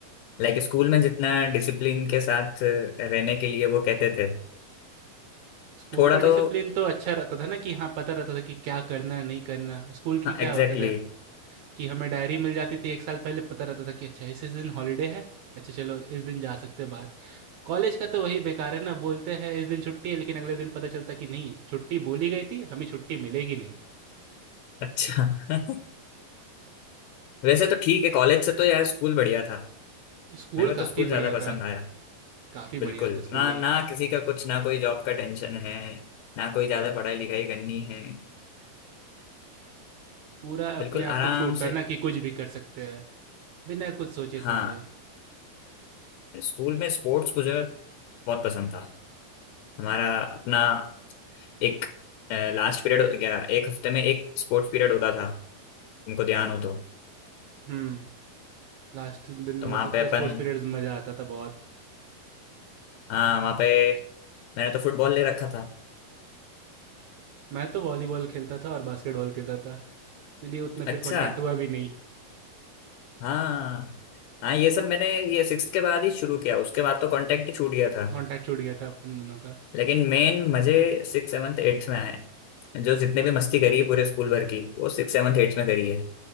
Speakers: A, on the left; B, on the right.
A: लाइक स्कूल में जितना डिसिप्लिन के साथ रहने के लिए वो कहते थे
B: स्कूल
A: थोड़ा
B: का डिसिप्लिन
A: तो
B: तो अच्छा रहता था ना कि हाँ पता रहता था कि क्या करना है नहीं करना स्कूल की
A: हाँ एग्जैक्टली
B: क्या होता था
A: exactly.
B: कि हमें डायरी मिल जाती थी एक साल पहले पता रहता था कि अच्छा इस इस दिन हॉलीडे है अच्छा चलो इस दिन जा सकते हैं बाहर कॉलेज का तो वही बेकार है ना बोलते हैं इस दिन छुट्टी है लेकिन अगले दिन पता चलता कि नहीं छुट्टी बोली गई थी हमें छुट्टी मिलेगी नहीं
A: अच्छा <laughs> वैसे तो ठीक है कॉलेज से तो यार स्कूल बढ़िया था
B: स्कूल
A: मेरे को
B: काफ़ी
A: तो स्कूल ज्यादा
B: बढ़िया
A: पसंद
B: था
A: आया
B: काफ़ी बढ़िया
A: बिल्कुल
B: था स्कूल
A: ना
B: लाइफ
A: ना किसी का कुछ ना कोई जॉब का टेंशन है ना कोई ज्यादा पढ़ाई लिखाई करनी है
B: पूरा अपने
A: बिल्कुल
B: आप
A: आराम
B: को छूटता
A: से
B: है ना कि कुछ भी कर सकते हैं, बिना कुछ सोचे समझे।
A: हाँ स्कूल में स्पोर्ट्स मुझे बहुत पसंद था हमारा अपना एक लास्ट पीरियड क्या एक हफ्ते में एक स्पोर्ट्स पीरियड होता था तुमको ध्यान हो तो
B: हुँ, लास्ट दिन में
A: तो
B: होता
A: वहाँ पे
B: था स्पोर्ट्स
A: अपन
B: पीरियड्स में मज़ा आता था बहुत।
A: हाँ वहाँ पे मैंने तो फुटबॉल ले रखा था
B: मैं तो वॉलीबॉल खेलता था और बास्केटबॉल खेलता था, इसीलिए उतना फिर
A: अच्छा
B: कॉन्टैक्ट हुआ भी नहीं,
A: हाँ हाँ ये सब मैंने ये सिक्स के बाद ही शुरू किया उसके बाद तो कांटेक्ट छूट गया था
B: कॉन्टैक्ट छूट गया था अपन दोनों का।
A: लेकिन मेन मजे सिक्स सेवन्थ एट्थ में आए जो जितने भी मस्ती करी है पूरे स्कूल भर की वो सिक्स सेवन्थ एट्थ में करी है